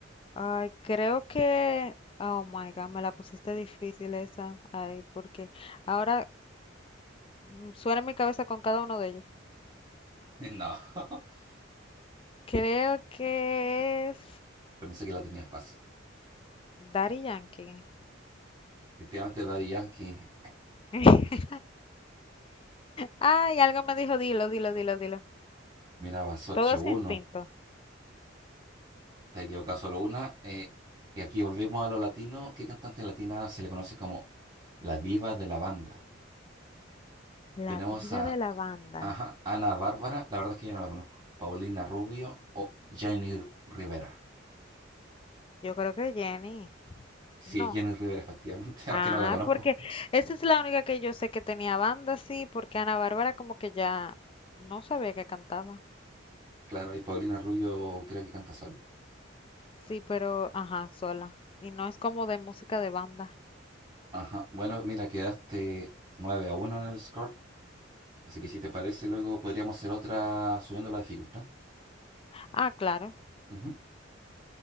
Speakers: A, on the left (about 25°); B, on the right (about 20°).
A: Ay, creo que... Oh my God, me la pusiste difícil esa. Ay, porque ahora mm, suena en mi cabeza con cada uno de ellos.
B: <laughs> No, <laughs>
A: Creo que es
B: yo pensé que la tenía fácil.
A: Daddy Yankee.
B: Efectivamente, Daddy Yankee,
A: <laughs> Ay, algo me dijo, dilo, dilo, dilo, dilo.
B: mira, vas 8-1.
A: Todo es instinto.
B: Te equivocado solo una. eh, y aquí volvemos a lo latino. ¿Qué cantante latina se le conoce como la diva de la banda? Tenemos
A: La vida
B: a
A: de la banda.
B: ajá, Ana Bárbara, la verdad es que yo no la conozco. Paulina Rubio o Jenny Rivera.
A: Yo creo que Jenny.
B: Sí,
A: No.
B: es Jenny Rivera, efectivamente, <laughs>
A: Ah,
B: aunque no la conozco.
A: porque esa es la única que yo sé que tenía banda, sí, porque Ana Bárbara como que ya no sabía que cantaba.
B: Claro, y Paulina Rubio creo que canta sola.
A: Sí, pero, ajá, sola. Y no es como de música de banda.
B: Ajá. Bueno, mira, quedaste 9 a uno en el score. Así que si te parece, luego podríamos hacer otra subiendo la dificultad.
A: Ah, claro.
B: Ujú.